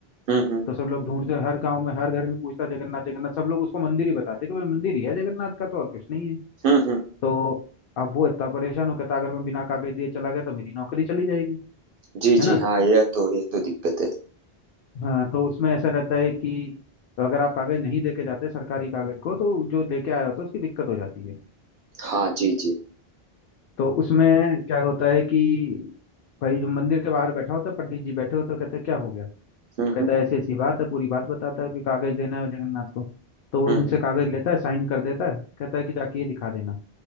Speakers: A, on the right; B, on the left.
A: हम्म हम्म
B: तो सब लोग ढूंढते हैं हर गांव में हर घर में पूछता है जगन्नाथ जगन्नाथ सब लोग उसको मंदिर ही बताते हैं कि भाई मंदिर ही है जगन्नाथ का तो और कुछ नहीं है
A: हम्म हम्म
B: तो अब वो इतना परेशान हो कहता अगर मैं बिना कागज दिए चला गया तो मेरी नौकरी चली जाएगी
A: जी
B: है
A: जी
B: ना
A: हाँ यह तो यह तो दिक्कत है
B: हाँ तो उसमें ऐसा रहता है कि तो अगर आप कागज नहीं देके जाते सरकारी कागज को तो जो लेके आया होता है उसकी दिक्कत हो जाती है
A: हाँ जी जी
B: तो उसमें क्या होता है कि भाई जो मंदिर के बाहर बैठा होता है पंडित जी बैठे होते हैं, कहते हैं क्या हो गया
A: हम्म
B: कहता
A: हम्म
B: है ऐसी ऐसी बात है पूरी बात बताता है कि कागज देना है जगन्नाथ को तो वो
A: हम्म
B: उनसे कागज लेता है साइन कर देता है कहता है कि जाके ये दिखा देना